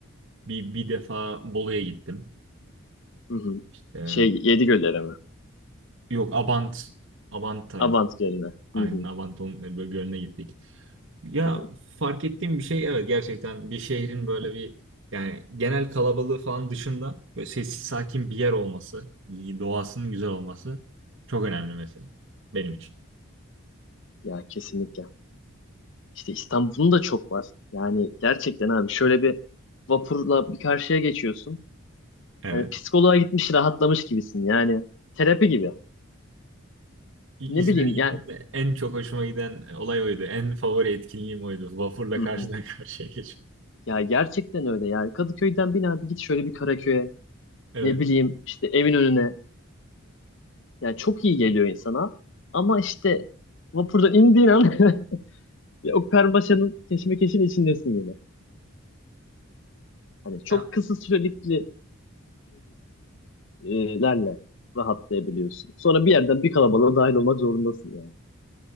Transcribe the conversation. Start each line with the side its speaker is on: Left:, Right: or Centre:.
Right: Bir, bir defa Bolu'ya gittim.
Left: hı hı.
Right: Ee,
Left: Şey Yedigöller'e mi?
Right: yok Abant, Abant
Left: Abant Gölü'ne.
Right: Aynen
Left: Hı hı,
Right: Avanton e, böyle Gölü'ne gittik. Ya
Left: hı hı.
Right: fark ettiğim bir şey evet gerçekten bir şehrin böyle bir yani genel kalabalığı falan dışında böyle sessiz sakin bir yer olması, doğasının güzel olması çok önemli mesela benim için.
Left: Ya kesinlikle. İşte İstanbul'un da çok var. Yani gerçekten abi şöyle bir vapurla bir karşıya geçiyorsun.
Right: Evet.
Left: Hani psikoloğa gitmiş rahatlamış gibisin. Yani terapi gibi.
Right: İ-
Left: Ne
Right: İzmir'e
Left: bileyim
Right: gittiğimde
Left: yani
Right: en çok hoşuma giden olay oydu. En favori etkinliğim oydu. Vapurla
Left: hı
Right: karşıdan
Left: hı.
Right: <laughs> karşıya geçmek.
Left: Ya gerçekten öyle yani Kadıköy'den bin abi git şöyle bir Karaköy'e
Right: Evet.
Left: ne bileyim işte evin önüne yani çok iyi geliyor insana ama işte vapurdan indiğin an <laughs> ya o karmaşanın keşmekeşin içindesin yine. Hani çok
Right: Ha,
Left: kısa sürelikli süreliklerle rahatlayabiliyorsun. Sonra bir yerden bir kalabalığa dahil olmak zorundasın yani.